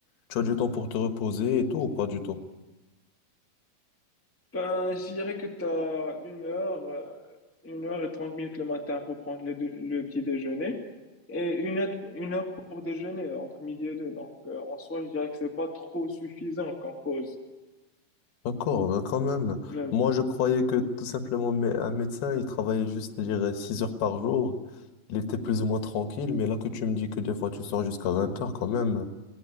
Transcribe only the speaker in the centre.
Ben, je dirais que tu as une heure, euh, une heure et trente minutes le matin pour prendre le, dé- le petit déjeuner et une heure, une heure pour déjeuner euh, entre midi et deux. Donc, euh, en soi, je dirais que c'est pas trop suffisant comme pause.
Mais bon.